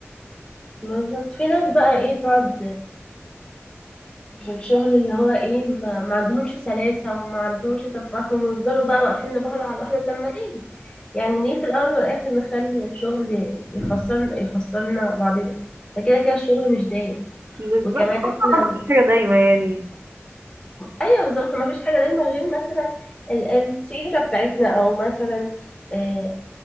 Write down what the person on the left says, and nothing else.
بالظبط في ناس بقى ايه تقعد في الشغل اللي هو ايه ما, ما عندهمش سلاسة وما عندهمش تفاهم ويفضلوا بقى واقفين لبعض على الواحدة طب ما ليه يعني ليه في الأول والآخر نخلي الشغل يخسرنا يخسرنا بعضنا ده كده كده الشغل مش دايم
وكمان احنا
ايوه بالظبط ما فيش حاجة دايما غير مثلا ال- السيرة بتاعتنا او مثلا آه،